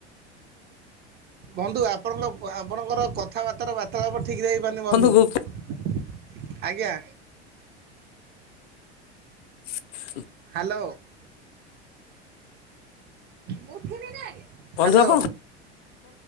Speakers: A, on the right; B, on the left.
A: ବନ୍ଧୁ ଆପଣଙ୍କ ଆପଣଙ୍କର କଥାବାର୍ତ୍ତାର ବାର୍ତ୍ତା ଠିକ୍ ରେ ହେଇପାରୁନି ବନ୍ଧୁ
B: ବନ୍ଧୁ ଗୁପ୍
A: ଆଜ୍ଞା।
B: ହ <unintelligible>
A: ହ୍ୟାଲ ମୁ
B: ବନ୍ଧୁ
A: ହ୍ୟାଲୋ
B: ଆପଣ